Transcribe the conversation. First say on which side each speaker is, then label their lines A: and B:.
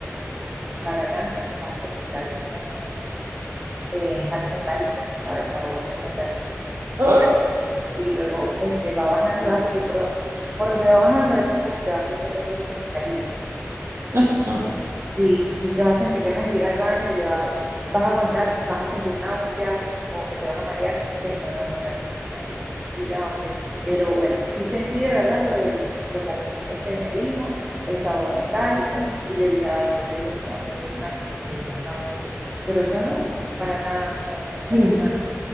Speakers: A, on the right (about 15°); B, on the right (about 70°).
A: en la garganta, vas a sentir así como eh, algo metálico, ¿sabes? Sabor así metálico.
B: Ay,
A: Sí, luego este, va bajando y vas a sentir por, por donde va bajando, eso como que vas sintiendo así como que caliente.
B: ah, chao.
A: Sí, y te vas a sentir ganas de ir al baño y yo, ay, vas a aguantar, vas a sentir náuseas o que te vas a marear, tienes que, bueno, aguantar tú mismo ahí. Y yo, ok. Pero bueno, sí sentí de verdad lo del, lo calentito que me dijo, el sabor metálico, y yo dije, ay, qué tal que me voy a sentir mal, que, que las náuseas. y eso. Pero yo no, para nada, no me sentí
B: Regreso.
A: mal,